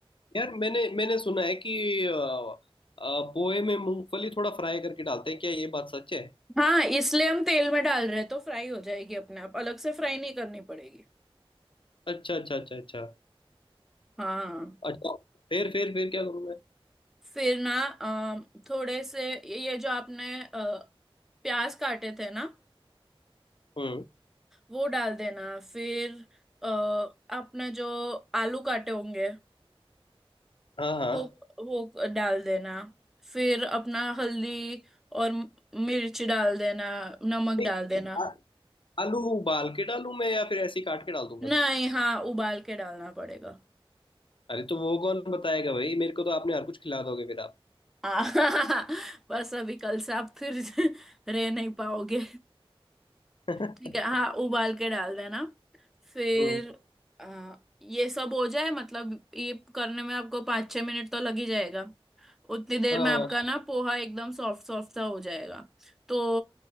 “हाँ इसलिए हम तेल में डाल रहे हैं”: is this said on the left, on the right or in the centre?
Centre